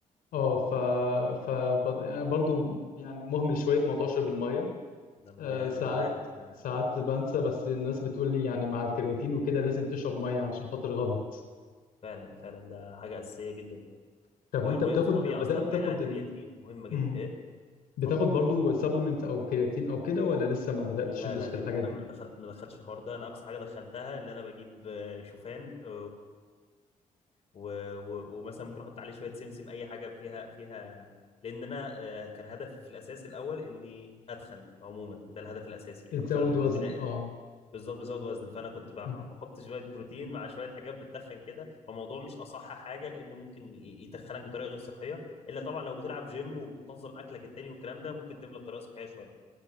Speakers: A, on the left; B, on the left.
A: اه ف ف بط- يعني برضو يعني مهمل شويه في موضوع شرب الميه
B: ده المايه
A: آه،
B: اهم
A: ساعات
B: حاجه ده
A: ساعات بنسى بس الناس بتقول لي يعني مع الكرياتين وكده لازم تشرب ميه عشان خاطر غلط
B: فعلا فعلا ده حاجه اساسيه جدا
A: طب
B: هو
A: وانت
B: المايه
A: بتاخد
B: في الطبيعه
A: بدأت
B: اصلا بعيد
A: تاخد
B: عن الكرياتين
A: ال...
B: مهمه جدا
A: مم.
B: ايه
A: بتاخد
B: اتفضل
A: برضو سبلمنت او كرياتين او كده ولا لسه ما بدأتش
B: لا
A: تدوس
B: لا
A: في
B: لا
A: الحاجات
B: لا لا،
A: دي
B: ما دخلت ما دخلتش الحوار ده انا اقصى حاجه دخلتها اللي انا بجيب آه، شوفان و... و... ومثلا ممكن احط عليه شويه سمسم اي حاجه فيها فيها لان انا آه، كان هدفي في الاساس الاول اني اتخن عموما ده الهدف الاساسي
A: تزود
B: اكتر من
A: وزن
B: بناء ال-
A: اه
B: بالظبط بزود وزن فانا كنت بح-
A: مم.
B: بحط شويه بروتين مع شويه حاجات بتتخن كده فالموضوع مش اصح حاجه لانه ممكن ي- يتخنك بطريقه غير صحيه الا طبعا لو بتلعب جيم وبتنظم اكلك التاني والكلام ده ممكن تملى بطريقه صحيه شويه